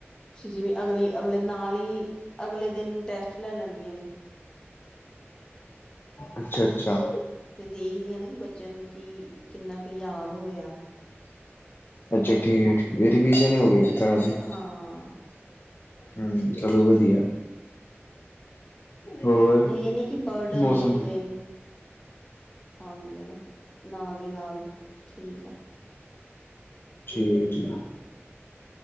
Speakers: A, on the left; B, on the left.
A: ਫੇਰ ਜਿਵੇਂ ਅਗਲੀ ਅਗਲੇ ਨਾਲ ਹੀ ਅਗਲੇ ਦਿਨ ਟੈਸਟ ਲੈ ਲੈਂਦੀਆਂ ਨੇ
B: ਅੱਛਾ ਅੱਛਾ।
A: ਫੇਰ ਦੇਖਦੀ ਆ ਨਾ ਕਿ ਬੱਚਿਆਂ ਨੂੰ ਕੀ ਕਿੰਨਾ ਕੁ ਯਾਦ ਹੋਇਆ।
B: ਅੱਛਾ ਠੀਕ ਹੈ ਠੀਕ ਰਿਵੀਜ਼ਨ
A: ਹਾਂ
B: ਹੀ ਹੋਗੀ ਇੱਕ ਤਰ੍ਹਾਂ ਦੀ।
A: ਹਾਂ
B: ਹਮ ਚਲੋ ਵਧੀਆ। ਹੋਰ,
A: ਇਹ ਨਹੀਂ ਕਿ ਬਰਡਨ
B: ਮੌਸਮ
A: ਨੀ ਜਿਵੇਂ ਆਂਦੀ ਆ ਨਾ ਨਾਲ ਦੀ ਨਾਲ ਠੀਕ ਆ।
B: ਠੀਕ ਹੈ ਠੀਕ ਹੈ।